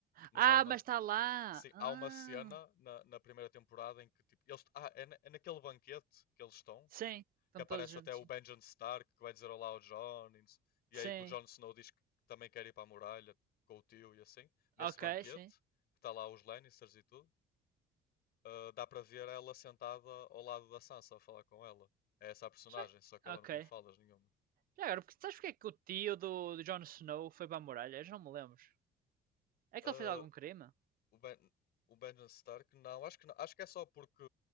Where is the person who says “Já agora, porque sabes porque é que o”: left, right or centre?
Right